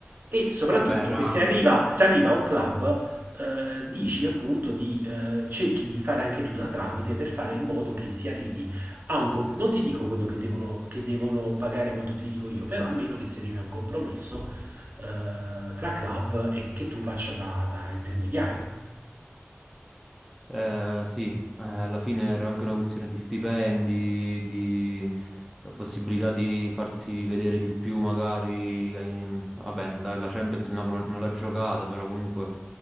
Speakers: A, on the right; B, in the centre.
A: e soprattutto
B: vabbè, era
A: che se arriva, se arriva a un club eh, dici appunto di eh, cerchi di fare anche tu da tramite per fare in modo che si arrivi a un comp- non ti dico quello che devono, che devono pagare quanto ti dico io, però almeno che si arrivi a un compromesso eh, tra club e che tu faccia da, da intermediario.
B: Eh, sì, eh, alla fine era anche una questione di stipendi, di eh, possibilità di farsi vedere di più, magari. in- Vabbè, la, la Champions il Napoli non non l'ha giocata, però comunque